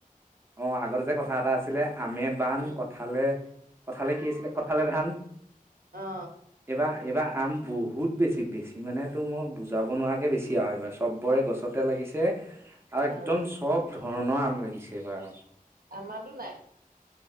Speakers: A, on the right (about 15°); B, on the right (about 75°).
A: অ, আগতে যে কথা এটা আছিলে। আমে বান
B: উম,
A: কঠালে কঁঠালে কি আছিলে? কঁঠালে ধান।
B: অ,
A: এইবাৰ এইবাৰ আম বহুত বেছি বেছি মান তোৰ মই বুজাব নোৱাৰাকে বেছি আৰু এইবাৰ চবৰে গছতে লাগিছে। আৰু
B: অ',
A: একদম চব ধৰণৰ আম লাগিছে। এইবাৰ
B: আমাৰতো নাই।